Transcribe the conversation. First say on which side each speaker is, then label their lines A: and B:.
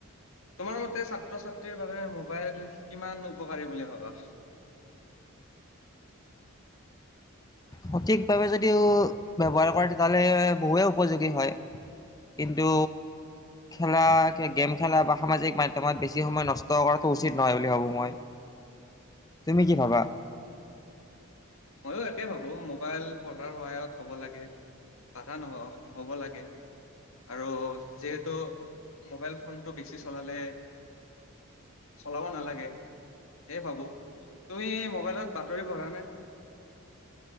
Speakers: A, on the left; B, on the left.
A: তোমাৰ মতে ছাত্ৰ ছাত্ৰীৰ বাবে মোবাইল কিমান উপকাৰী বুলি ভাবা?
B: সঠিকভাৱে যদিও ব্য্ৱহাৰ কৰে তেতিয়াহ'লে বহুে উপযোগী হয়। কিন্তু খেলা গেম খেলা বা সামাজিক মাধ্য়মত বেছি সময় নষ্ট কৰাটো উচিত নহয় বুলি ভাবো মই। তুমি কি ভাবা?
A: ময়ো একেই ভাবো মোবাইল পঢ়াৰ সহায়ত হ'ব লাগে। বাধা নহ নহ'ব লাগে। আৰু যিহেতু মোবাইল ফোনটো বেছি চলালে চলাব নালাগে। এইয়ে ভাবো, তুমি মোবাইলত বাতৰি পঢ়া নে?